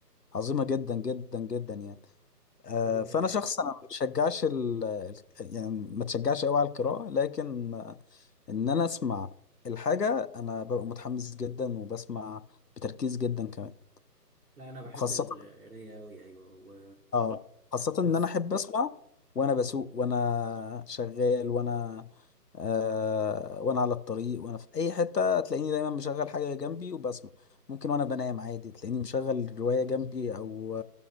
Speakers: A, on the left; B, on the right.
A: عظيمة جدا جدا جدا يعني آه
B: حلو
A: فأنا
B: جدا
A: شخص أنا ما بشجعش ال ال- يعني ما تشجعش قوي على القراءة لكن آه، إن أنا أسمع الحاجة أنا ببقى متحمس جدا وبسمع بتركيز جدا كمان
B: لا انا بحب
A: وخاصة
B: القرايه قوي ايوه و...
A: اه خاصة
B: وخاصه
A: ان انا احب اسمع وانا بسوق وانا شغال وانا آه وانا على الطريق وانا في اي حتة تلاقيني دايما مشغل حاجة جنبي وبسمع ممكن وانا بنام عادي تلاقيني مشغل رواية جنبي او